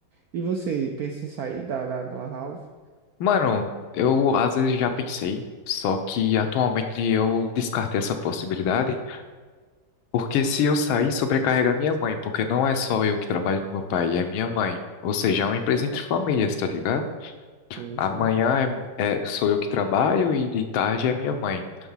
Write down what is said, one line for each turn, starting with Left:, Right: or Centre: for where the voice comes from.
Right: E você pensa em sair da, da, da Lan House?
Left: Mano, eu às vezes já pensei, só que atualmente eu descartei essa possibilidade Porque se eu sair, sobrecarrega minha mãe, porque não é só eu que trabalho com meu pai, é minha mãe. Ou seja, é uma empresa
Right: Hum,
Left: entre famílias, tá ligado?
Right: Sim,
Left: Amanhã
Right: sim.
Left: é, é- sou eu que trabalho e de tarde é minha mãe.